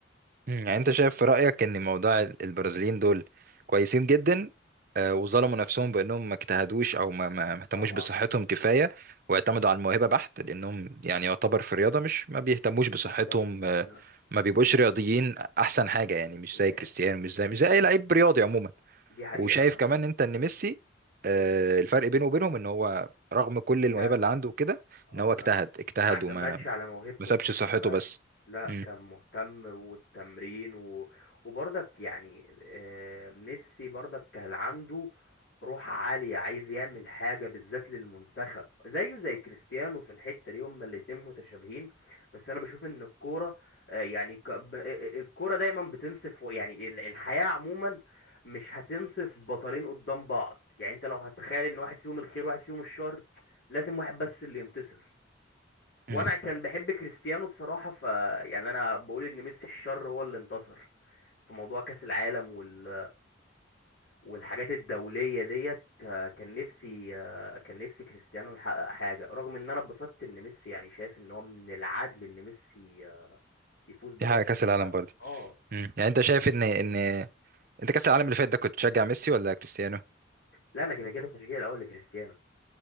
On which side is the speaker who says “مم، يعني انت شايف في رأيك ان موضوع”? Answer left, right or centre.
Right